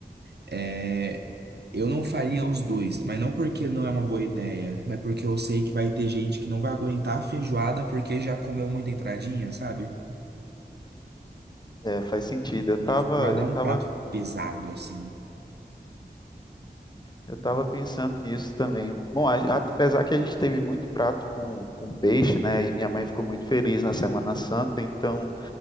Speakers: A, on the right (about 75°); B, on the left (about 25°).
A: é, eu não faria os dois. Mas não porque não é uma boa ideia, mas porque eu sei que vai ter gente que não vai aguentar a feijoada porque já comeu muita entradinha, sabe?
B: É, faz sentido. Eu estava,
A: E feijoada
B: eu
A: é um
B: tava,
A: prato pesado, assim.
B: eu tava pensando nisso também. Bom, a- apesar que a gente teve muito prato com, com peixe, né? E minha mãe ficou muito feliz na Semana Santa, então